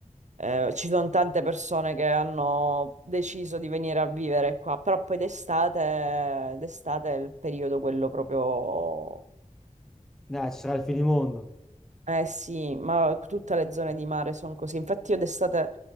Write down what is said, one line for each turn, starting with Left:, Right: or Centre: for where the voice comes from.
Right: eh, ci sono tante persone che hanno deciso di venire a vivere qua, però poi d'estate, d'estate è il periodo quello proprio
Centre: Dai, ci sarà il finimondo.
Right: eh sì, ma tutte le zone di mare sono così. Infatti io d'estate